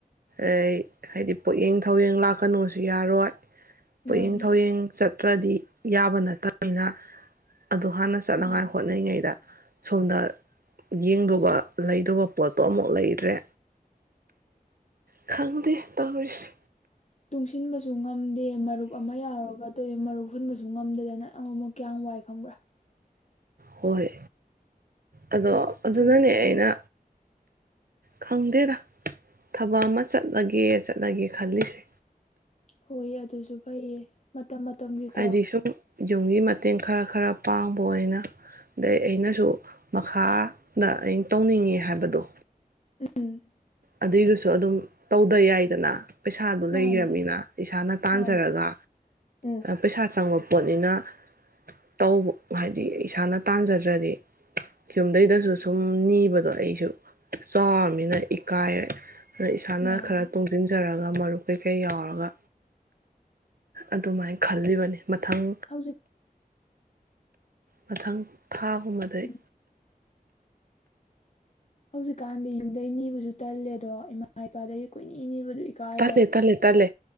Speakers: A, on the right (about 70°); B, on the left (about 45°).
A: ꯑꯩꯢ ꯍꯥꯏꯗꯤ ꯄꯣꯌꯦꯡ ꯊꯧꯋꯦꯡ ꯂꯥꯛꯀꯅꯨꯁꯨ ꯌꯥꯔꯣꯏ ꯄꯨꯛꯌꯦꯡ
B: ꯃꯥꯅꯦ
A: ꯊꯧꯋꯦꯡ ꯆꯠ ꯇ꯭ꯔꯗꯤ ꯌꯥꯕ ꯅꯠꯇꯕꯅꯤꯅ ꯑꯗꯨ ꯍꯥꯟꯅ ꯆꯠꯅꯉꯥꯏ
B: ꯃꯥꯅꯦ
A: ꯍꯣꯠꯅꯉꯩꯗ ꯁꯣꯝꯗ ꯌꯦꯡꯗꯨꯕ ꯂꯩꯗꯧꯕ ꯄꯣꯠꯇꯣ ꯑꯃꯨꯛ ꯂꯩꯗ꯭ꯔꯦ ꯈꯪꯗꯦ ꯇꯧꯔꯤꯁꯤ
B: ꯇꯨꯡꯁꯤꯟꯕꯁꯨ ꯉꯝꯗꯦ ꯃꯔꯨꯞ ꯑꯃ ꯌꯥꯎꯔꯒ ꯇꯦ ꯃꯔꯨꯞ ꯍꯨꯟꯕꯁꯨ ꯉꯝꯗꯗꯅ ꯑꯃꯨꯨꯃꯨꯛ ꯀ꯭ꯌꯥꯝ ꯋꯥꯏ ꯈꯪꯕ꯭ꯔꯥ
A: ꯍꯣꯏ ꯑꯗꯣ ꯑꯗꯨ
B: ꯊꯣꯛ
A: ꯅꯪꯪ ꯑꯩꯅ ꯈꯪꯗꯦꯗ ꯊꯕꯛ ꯑꯃ ꯆꯠꯂꯒꯦ ꯆꯠꯂꯒꯦ ꯈꯜꯂꯤꯁꯦ
B: ꯍꯣꯏꯌꯦ ꯑꯗꯨꯁꯨ ꯐꯩꯌꯦ ꯃꯇꯝ ꯃꯇꯝꯒꯤꯀꯣ
A: ꯍꯥꯏꯗꯤ ꯁꯨꯝ ꯌꯨꯝꯒꯤ ꯃꯇꯦꯡ ꯈꯔ ꯈꯔ ꯄꯥꯡꯕ ꯑꯣꯏꯅ ꯗꯩ ꯑꯩꯅꯁꯨ ꯃꯈꯥ ꯗ ꯑꯩꯅ ꯇꯧꯅꯤꯡꯉꯤ ꯍꯥꯏꯕꯗꯣ
B: ꯎꯝ
A: ꯑꯗꯨꯏꯗꯨꯁꯨ ꯑꯗꯨꯝ ꯇꯧꯗ ꯌꯥꯏꯗꯅ ꯄꯩꯁꯥꯗꯨ
B: ꯃꯥꯅꯦ
A: ꯂꯩꯔꯃꯤꯅ ꯏꯁꯥꯅ ꯇꯥꯟꯖꯔꯒ
B: ꯃꯥꯅꯦ ꯎꯝ
A: ꯄꯩꯁꯥ ꯆꯪꯉꯣ ꯄꯣꯠꯅꯤꯅ ꯇꯧ ꯍꯥꯏꯗꯤ ꯏꯁꯥꯅ ꯇꯟꯖꯗ꯭ꯔꯗꯤ ꯌꯨꯝꯗꯩꯗꯁꯨ ꯁꯨꯝ ꯅꯤꯕꯗꯣ ꯑꯩꯁꯨ ꯆꯥꯎꯔꯃꯤꯅ ꯏꯛ ꯀꯥꯏꯔꯦ ꯏꯁꯥꯅ
B: ꯃꯥꯅꯦ
A: ꯈꯔ ꯇꯣꯡꯁꯤꯟꯖꯔ ꯒ ꯃꯔꯨꯞ ꯀꯩꯀꯩ ꯌꯥꯎꯔꯒ ꯑꯗꯨꯃꯥꯏ ꯈꯜꯂꯤꯕꯅꯤ ꯃꯊꯪ
B: ꯍꯧꯖꯤꯛ
A: ꯃꯊꯪ ꯊꯥꯒꯨꯝꯕꯗꯩ
B: ꯎꯝ ꯍꯧꯖꯤꯛꯀꯥꯟꯗꯤ ꯌꯨꯝꯗꯩ ꯅꯤꯕꯁꯨ ꯇꯜꯂꯦꯗꯣ ꯏꯃꯥ ꯏꯄꯥꯗꯒꯤ ꯀꯣꯏꯅꯤ ꯅꯤꯕꯗꯨ ꯏꯀꯥꯏꯔꯦ
A: ꯇꯜꯂꯦ ꯇꯜꯂꯦ ꯇꯜꯂꯦ